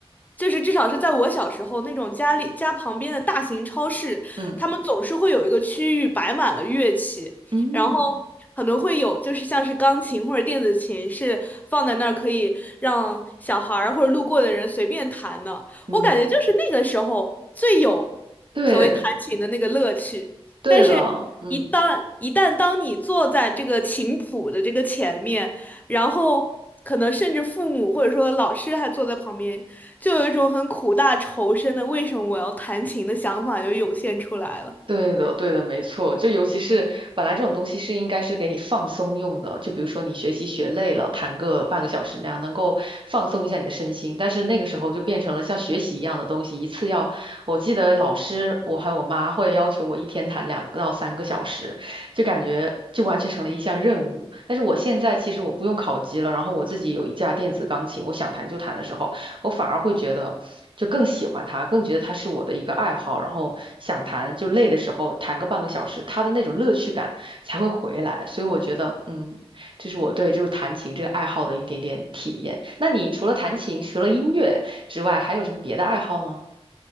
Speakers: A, on the left; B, on the right.
A: 就是至少是在我小时候那种家里家旁边的大型超市，
B: 嗯
A: 他们总是会有一个区域摆满了乐器，
B: 嗯
A: 然后可能会有就是像是钢琴或者电子琴是放在那儿可以让小孩儿或者路过的人随便弹的。
B: 嗯，
A: 我感觉就是那个时候最有所谓弹琴的那个乐趣，
B: 对对的，
A: 但是一旦一旦当你坐在这个琴谱的这个前面，
B: 嗯。
A: 然后可能甚至父母或者说老师还坐在旁边，就有一种很苦大仇深的为什么我要弹琴的想法就涌现出来了。
B: 对的，对的，没错。就尤其是本来这种东西是应该是给你放松用的，就比如说你学习学累了，弹个半个小时那样，能够放松一下你的身心。但是那个时候就变成了像学习一样的东西，一次要，我记得老师，我还有我妈会要求我一天弹两到三个小时，就感觉就完全成了一项任务。但是我现在其实我不用考级了，然后我自己有一架电子钢琴，我想弹就弹的时候。我反而会觉得就更喜欢他，更觉得他是我的一个爱好，然后想弹就累的时候弹个半个小时，他的那种乐趣感才会回来。所以我觉得，嗯，这是我对就是弹琴这个爱好的一点点体验。那你除了弹琴，除了音乐之外，还有什么别的爱好吗？